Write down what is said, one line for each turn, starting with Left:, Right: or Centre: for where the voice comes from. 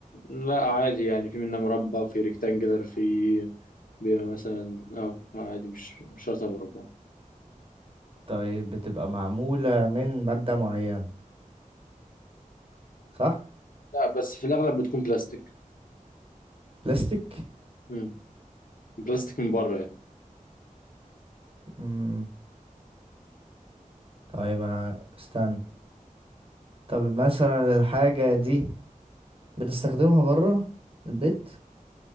Left: لا عادي يعني في منها مربع وفي ريكتانجلر في بيبقى مثلا اه عادي مش مش شرط مربع
Right: طيب بتبقى معمولة من مادة معينة صح؟
Left: لا بس في الاغلب بتكون بلاستيك
Right: بلاستيك؟
Left: امم بلاستيك من بره يعني
Right: مم. طيب أنا استنى طب مثلا الحاجة دي بنستخدمها بره البيت